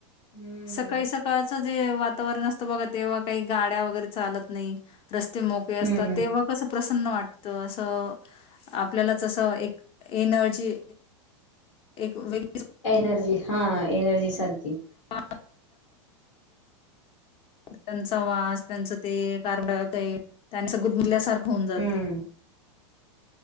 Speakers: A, on the left; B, on the left.
A: हम्म
B: सकाळी सकाळच. जे वातावरण असत बघ तेव्हा काही गाड्या वगैरे चालत नाही. रस्ते मोकळे असतात
A: हम्म
B: तेव्हा कसे प्र वाटतं असं आपल्याला तसं एक एनर्जी. एक वेग.
A: एनर्जी हा एनर्जी सारखी.
B: <inaudible> त्यांचा वास त्यांचं ते कारबड ते त्याचं गुदमरल्यासारखं. होऊन जात.
A: हम्म